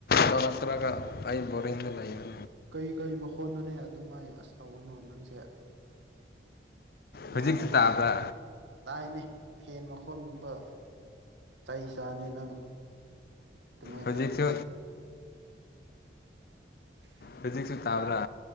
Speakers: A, on the left; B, on the right.
A: ꯇꯔ ꯇꯔꯥꯒ ꯑꯩ ꯕꯔꯤꯡꯗ ꯂꯩꯕ
B: ꯀꯩ ꯀꯔꯤ ꯃꯈꯣꯟꯅꯣꯅꯦ ꯑꯗꯨꯃꯥꯏ ꯑꯁ ꯇꯧꯧꯕꯅꯣ ꯅꯪꯁꯦ ꯌꯥꯝꯅ
A: ꯍꯧꯖꯤꯛꯁꯨ ꯇꯥꯕ꯭ꯔꯥ
B: ꯇꯥꯏꯅꯦ ꯐꯦꯟ ꯃꯈꯣꯟꯒꯨꯝꯕ ꯆꯍꯤ ꯆꯥꯅꯤ ꯅꯪ ꯑꯗꯨꯃꯥꯏꯅ
A: ꯍꯧꯖꯤꯛꯁꯨ
B: ꯇꯧꯔꯗꯤ <unintelligible>
A: ꯍꯧꯖꯤꯛꯁꯨ ꯇꯥꯕ꯭ꯔꯥ